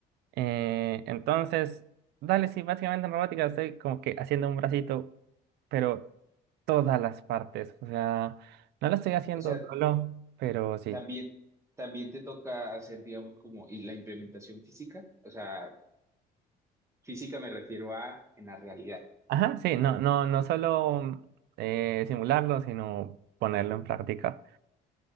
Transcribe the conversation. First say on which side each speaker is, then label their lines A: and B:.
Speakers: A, on the right; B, on the right.
A: Eh, entonces, dale, sí, básicamente en robótica estoy como que haciendo un bracito, pero todas las partes. O sea, no lo estoy haciendo
B: O sea,
A: solo, pero sí.
B: también, también te toca hacer, digamos, como y la implementación física. O sea, física me refiero a en la realidad.
A: Ajá, sí, no, no, no solo eh, simularlo, sino ponerlo en práctica.